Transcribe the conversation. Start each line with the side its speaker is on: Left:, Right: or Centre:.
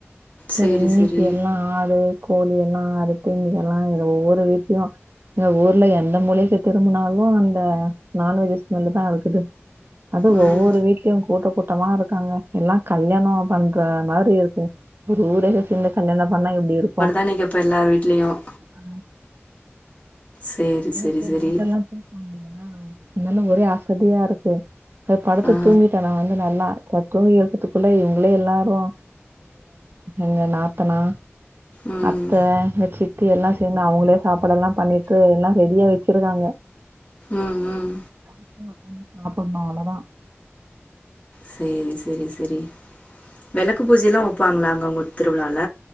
Right: சரி
Left: சேரி
Right: இன்னைக்கு
Left: சேரி
Right: எல்லாம் ஆடு கோழி எல்லாம் அறுத்து இங்கல்லாம் ஒவ்வொரு வீட்லயும் எங்க ஊர்ல எந்த மூளைக்கு திரும்புனாலும் அந்த நான்வெஜ் ஸ்மெல்லு தான் இருக்குது அது
Left: ம்
Right: ஒவ்வொரு வீட்லயும் கூட்டப் போ கூட்டமா இருக்காங்க எல்லாம் கல்யாணோம் பண்ற மாரி இருக்கு ஊரே சேந்து கல்யாணம் பண்ணா எப்டி இருக்கும்
Left: அன்னைக்கெப்ப எல்லார் வீட்லயும்
Right: ஆ
Left: சேரி
Right: எனக்கு
Left: சேரி சேரி
Right: நைட்டெல்லாம் தூக்க இல்லங்களாஅதுனால ஒரே அசதியா இருக்கு போய் படுத்து
Left: ஆ
Right: தூங்கிட்ட நா வந்து நல்லா தூங்கி எழுந்துறதுக்குள்ள இவுங்களே எல்லாரும் எங்க நாத்தனா
Left: ம்
Right: அத்த எங்க ஜித்தி எல்லாம் சேந்து அவங்களே சாப்பாடெல்லாம் பண்ணிட்டு எல்லாம் ரெடியா வச்சிருக்காங்க
Left: ம் ம்
Right: அப்டியே ஒக்காந்து சாப்டணும் அவ்வளோதான்
Left: சேரி சேரி செரி வெளக்கு பூஜய்லாம் வெப்பாங்களா அங்க ஒங்க திருவுழால